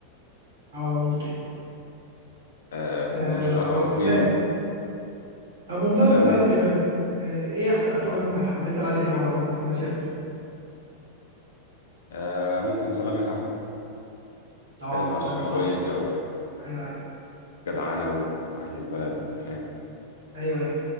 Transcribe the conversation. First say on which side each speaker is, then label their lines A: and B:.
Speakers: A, on the right; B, on the left.
A: اه ممكن
B: آه
A: آه،
B: ومش شر-
A: او افلام
B: في
A: طب بمناسبه
B: افلام
A: عادل امام آه، ايه احسن افلام
B: اه
A: حبيتها لعادل امام عامه في مسيرته
B: آه ممكن سلام يا صاحبي
A: اه
B: اتكلم
A: سلام
B: عن الصحوبية
A: يا صاحبي ايوه ايوه
B: والجدعنة وأهل البلد وأنت فاهم
A: ايوه ايوه